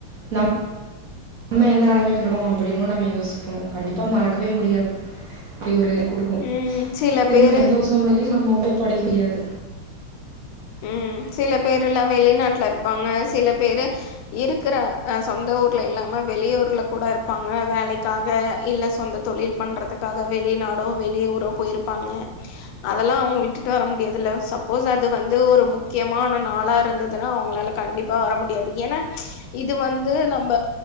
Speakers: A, on the right (about 55°); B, on the left (about 85°).
A: நம் நம்ம எந்த நிலைமையில இருக்கோம் அப்டின்னு நம்ம யோசிப்போம் கண்டிப்பா மறக்கவே முடியாது அப்டி ஒரு கொடுக்கும்
B: ம் சில
A: திரும்ப
B: பேரு
A: எந்த சூழ்நிலையும் நம்ம உ படிக்க முடியாது
B: ம் சில பேர்லாம் வெளிநாட்டல இருப்பாங்க சில பேர் இருக்கிற சொந்த ஊர்ல இல்லாம வெளியூஊர்ல கூட இருப்பாங்க வேலக்காக இல்ல சொந்த தொழில் பண்றதுக்காக வெளிநாடோ வெளிய ஊரோ போயிருப்பாங்க அதெல்லாம் அவங்க விட்டுட்டு வர முடியாதுல சப்போஸ் அது வந்து ஏதோ ஒரு முக்கியமான நாளா இருந்ததுன்னா அவங்களால கண்டிப்பா வர முடியாது ஏன்னா இது வந்து நம்ம